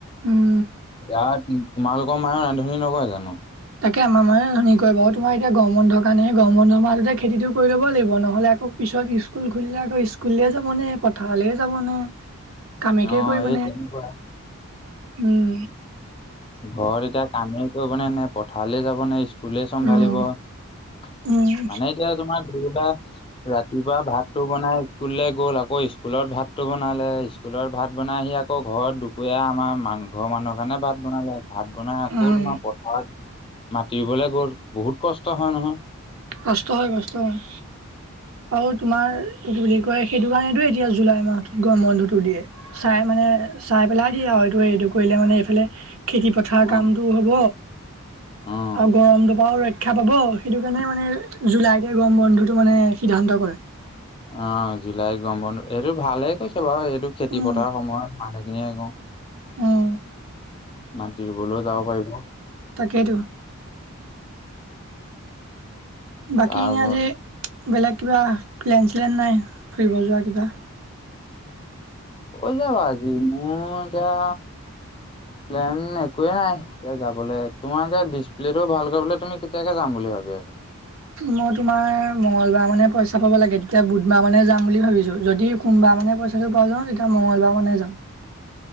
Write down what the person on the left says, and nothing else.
এতিয়া তোমালোকৰ মায়ে ৰান্ধনি নকয় জানো
অ
সেই
তেনেকুৱা।
ঘৰত এতিয়া কামেই কৰিব নে নে পথাৰলে যাব নে স্কুলে চম্ভালিব
মানে
এতিয়া তোমাৰ ঘৰুবা ৰাতিপুৱা ভাতটো বনাই স্কুললৈ গ'ল আকৌ স্কুলত ভাতটো বনালে, স্কুলত ভাত বনাই আহি আকৌ ঘৰত দুপৰীয়া আমাৰ মাং ঘৰৰ মানুহৰ কাৰণে ভাত বনালে ভাত বনাই আকৌ
তোমাৰ পথাৰত মাতিবলৈ গ'ল। বহুত কষ্ট হয় নহয়।
অ'।
অ',
অ জুলাই গৰম বন্ধ এইটো ভালে কৈছে বাৰু এই- টো খেতি
পথাৰ সময়ত মানুহখিনিয়ে কওঁ
মাটি ৰুবলৈও যাব পাৰিব।
তাৰ
ক'লে যাবা আজি মই এতিয়া প্লেন একোৱে নাই, এতিয়া যাবলে তোমাৰ এতিয়া ডিছপ্লেটো ভাল কৰিবলে তুমি কেতিয়াকে যাম বুলি ভাব ভাবি আছা।